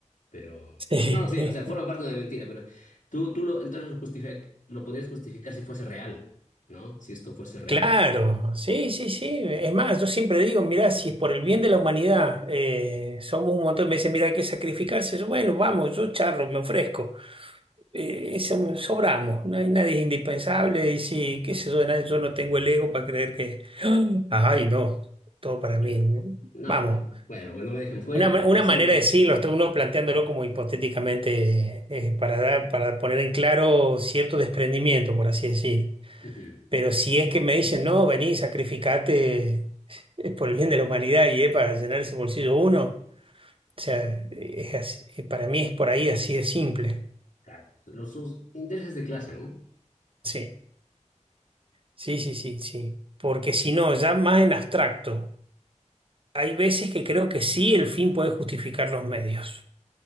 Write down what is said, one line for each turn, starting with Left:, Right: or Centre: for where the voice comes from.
Left: pero...
Right: <laughs>
Left: No, sí, o sea, forma parte de mentira, pero tú, tú lo, entonces lo justifica- lo podrías justificar si fuese real, ¿no? Si esto fuese real.
Right: Claro, sí, sí, sí. Es más, yo siempre digo, mirá, si es por el bien de la humanidad, eh, somos un montón, me dicen, mirá, hay que sacrificarse. Yo, bueno, vamos, yo charlo, me ofrezco. Eh, eso sobramos, no hay nadie es indispensable y sí, qué sé yo, nadie- yo no tengo el ego para creer que, ay, no, todo para mí.
Left: Eh,
Right: ¿eh?
Left: No,
Right: Vamos,
Left: bueno, que no me dejen fuera,
Right: una, ma-
Left: no
Right: una
Left: sé,
Right: manera
Left: pues.
Right: de decirlo, está uno planteándolo como hipotéticamente, eh, para dar, para poner en claro cierto desprendimiento, por así decir.
Left: Ujú.
Right: Pero si es que me dicen, no, vení, sacrificate eh, por el bien de la humanidad y es para llenar ese bolsillo uno, o sea, es así- eh, para mí es por ahí así de simple.
Left: Claro. Los sus intereses de clase, ¿no?
Right: Sí, sí, sí, sí, sí. Porque si no, ya más en abstracto, hay veces que creo que sí el fin puede justificar los medios